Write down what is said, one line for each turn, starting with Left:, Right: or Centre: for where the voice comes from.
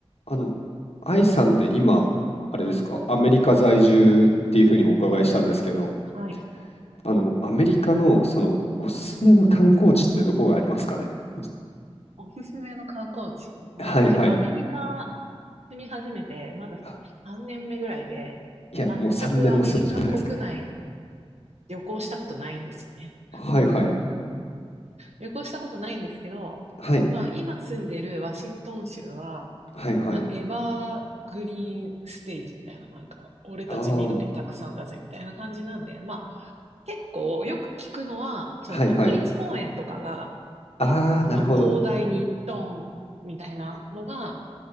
Left: あの、愛さんって今、あれですか、
Right: はい。
Left: アメリカ在住っていうふうにお伺いしたんですけど、
Right: アメリカ在住。はい。
Left: あの、アメリカのそのおすすめの観光地ってどこがありますかねじ
Right: うん。おすすめの観光地。まあ、
Left: はいはい。
Right: 私、アメリカ住み始めて、まだ3年目ぐらいで、
Left: あいや、
Right: 全くアメリカ国内
Left: もう3年も住んでるじゃないですか。
Right: 旅行したことないんですよね。
Left: はいはい。
Right: 旅行したことないんですけど、
Left: はい。
Right: まあ、今住んでるワシントン州は、
Left: はいはい。
Right: まあ、エバーグリーンステイツみたいな、なんか、俺たち緑たくさんだぜみたいな感じなんで、
Left: ああ。
Right: まあ、結構よく聞くのは、その国立公園とかが
Left: はいはい。ああ、なるほど。
Right: まあ、広大にドーンみたいなのが、